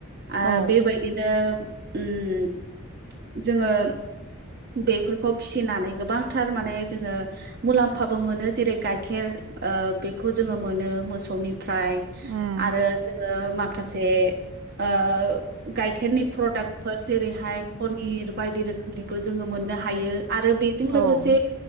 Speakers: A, on the right (about 50°); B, on the right (about 70°).
A: आ
B: औ
A: बेबायद दिनो उम जोङो बेफोरखौ फिसिनानै गोबांथार माने जोङो मुलाम्फाबो मोनो। जेरै - गाइखेर ओ बेखौ जोङो मोनो मोसौनिफ्राय
B: उम
A: आरो जोङो माखासे ओ गाइखेरनि प्रडाक्टफोर जेरैहाय पनिर बायदि रोखोमनि बो जोङो मोननो हायो। आरो बेजों लोगोसे
B: औ